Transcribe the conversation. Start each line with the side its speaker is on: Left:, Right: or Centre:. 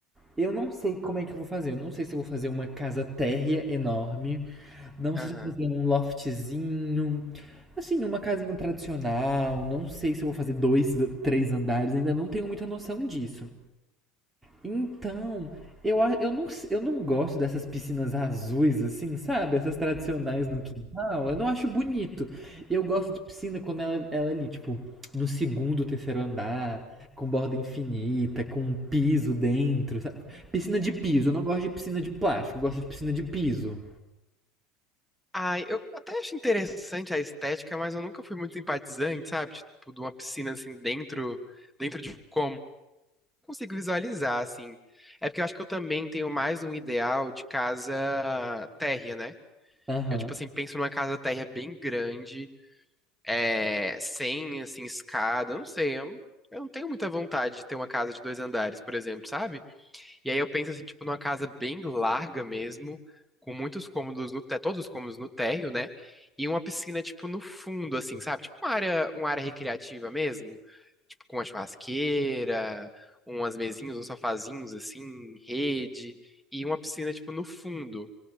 Right: eu não sei como é que eu vou fazer, eu não sei se eu vou fazer uma casa térrea enorme, Não
Centre: Aham.
Right: sei se eu vou fazer um loftzinho, assim, uma casinha tradicional. Não sei se eu vou fazer dois, três andares, ainda não tenho muita noção disso. Então, eu, a- eu, não, s- eu não gosto dessas piscinas azuis, assim, sabe? Essas tradicionais no quintal. Eu não acho bonito. Eu gosto de piscina quando ela, ela é ali, tipo, no segundo, terceiro andar, com borda infinita, com um piso dentro, sabe? Piscina de piso. Eu não gosto de piscina de plástico, eu gosto de piscina de piso.
Centre: Ai, eu até acho interessante a estética, mas eu nunca fui muito simpatizante, sabe? Tipo, de uma piscina assim dentro, dentro de como eu consigo visualizar assim. É porque eu acho que eu também tenho mais um ideal de casa térrea, né?
Right: Aham.
Centre: Eu tipo assim penso numa casa térrea bem grande, é, sem assim escada, eu não sei, eu, eu não tenho muita vontade de ter uma casa de dois andares, por exemplo, sabe? E aí eu penso assim, tipo, numa casa bem larga mesmo, com muitos cômodos no térreo, todos os cômodos no térreo, né? E uma piscina, tipo, no fundo, assim, sabe? Tipo uma área, uma área recreativa mesmo, tipo, com uma churrasqueira, umas mesinhas, uns sofazinhos, assim, rede, e uma piscina, tipo, no fundo.